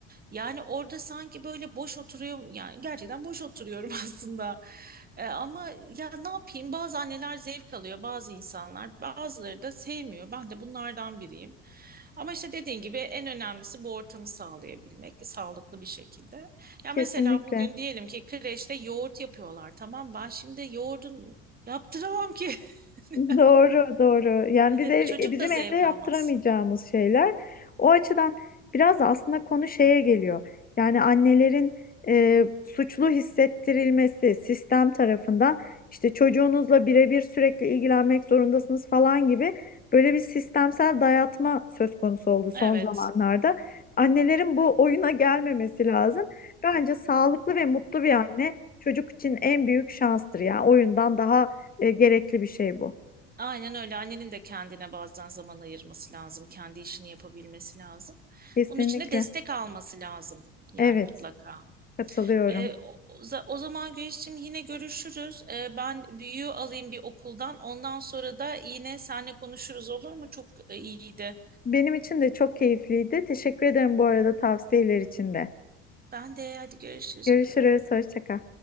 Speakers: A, on the right; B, on the left.
A: Yani orada sanki böyle boş oturuyorum. Yani gerçekten boş oturuyorum <laughs> aslında. E, ama ya ne yapayım? Bazı anneler zevk alıyor, bazı insanlar, bazıları da sevmiyor. Ben de bunlardan biriyim. Ama işte dediğin gibi en önemlisi bu ortamı sağlayabilmek, sağlıklı bir şekilde. Ya
B: Kesinlikle.
A: mesela bugün diyelim ki kreşte yoğurt yapıyorlar tamam ben şimdi yoğurdun yaptıramam ki. <laughs>
B: Doğru, doğru. Yani
A: Evet,
B: biz ev,
A: çocuk
B: e, bizim
A: da zevk
B: evde yaptıramayacağımız
A: almaz.
B: şeyler. O açıdan biraz da aslında konu şeye geliyor. Yani annelerin e, suçlu hissettirilmesi sistem tarafından işte çocuğunuzla birebir sürekli ilgilenmek zorundasınız falan gibi böyle bir sistemsel dayatma söz konusu oldu son
A: Evet,
B: zamanlarda. Annelerin bu oyuna gelmemesi lazım. Bence sağlıklı ve mutlu bir anne çocuk için en büyük şanstır. Yani oyundan daha e, gerekli bir şey bu.
A: aynen öyle. Annenin de kendine bazen zaman ayırması lazım. Kendi işini yapabilmesi lazım.
B: Kesinlikle.
A: Bunun için de destek alması lazım. Yani
B: Evet,
A: mutlaka.
B: katılıyorum.
A: Ee, o, o zaman Gülsüm yine görüşürüz. Ee, ben büyüğü alayım bir okuldan. Ondan sonra da yine seninle konuşuruz olur mu? Çok e, iyiydi.
B: Benim için de çok keyifliydi. Teşekkür ederim bu arada tavsiyeler için de.
A: Ben de hadi görüşürüz
B: Görüşürüz,
A: öpüyorum.
B: hoşça kal.